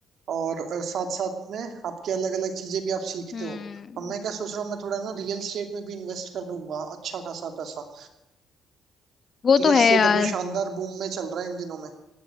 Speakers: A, on the right (about 70°); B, on the left (about 45°).
A: और साथ साथ में आपके अलग अलग चीजें भी आप सीखते
B: हम्म
A: हो अब मैं क्या सोच रहा हूँ मैं थोड़ा ना रियल स्टेट में भी इन्वेस्ट कर दूंगा अच्छा खासा पैसा
B: वो तो
A: रियल
B: है
A: स्टेट
B: यार
A: अभी शानदार बूम में चल रहा है इन दिनों में